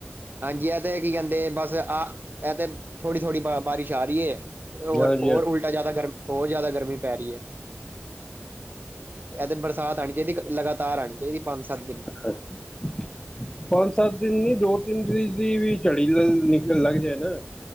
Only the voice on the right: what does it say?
ਹਾਂਜੀ ਇਹ ਤੇ ਕੀ ਕਹਿੰਦੇ ਬਸ ਆਹ ਇਹ ਤੇ ਥੋੜੀ- ਥੋੜੀ, ਬਾਰਿਸ਼ ਆ ਰਹੀ ਏ ਹੋਰ
ਹੋਰ
ਉਲਟਾ ਜਿਆਦਾ ਗਰਮ ਹੋਰ ਜ਼ਿਆਦਾ ਗਰਮੀ ਪੈ ਰਹੀ ਹੈ। ਇਹ ਦਿਨ ਬਰਸਾਤ ਆਣੀ ਚਾਹੀਦੀ ਲਗਾਤਾਰ ਆਣੀ ਚਾਹੀਦੀ ਪੰਜ ਸੱਤ ਦਿਨ।